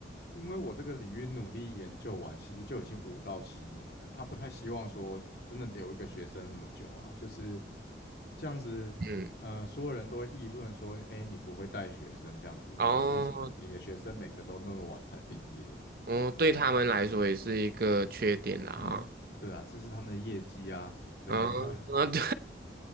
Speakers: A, on the left (about 60°); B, on the right (about 55°).
A: 因为我这个领域努力研究完，其实就已经五到七年了，他不太希望说真的留一个学生那么久啊，就是这样子，
B: 嗯，
A: 呃，所有人都会议论说，哎，你不会带学生这样子，
B: 哦，
A: 为什么你的学生每个都那么晚才毕业？
B: 哦，
A: 对啊，
B: 对他们来说也是一个缺点啦哈。
A: 他们，对啊，这是他们的业绩啊，对吧？
B: 嗯，<laughs> 啊，对，